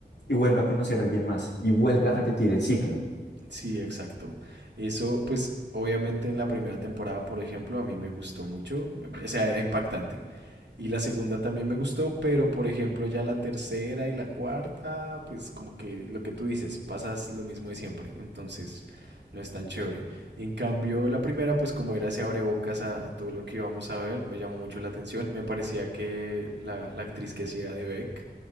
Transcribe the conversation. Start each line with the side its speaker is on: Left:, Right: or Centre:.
Left: y vuelve a conocer a alguien más y vuelve a repetir el ciclo.
Right: Sí, exacto. Eso, pues, obviamente en la primera temporada, por ejemplo, a mí me gustó mucho, o sea, era impactante. Y la segunda también me gustó, pero por ejemplo, ya la tercera y la cuarta, pues como que lo que tú dices, pasas lo mismo de siempre, entonces no es tan chévere. En cambio, la primera, pues como era, se abre bocas a, a todo lo que íbamos a ver, me llamó mucho la atención, me parecía que la, la actriz que hacía de Beck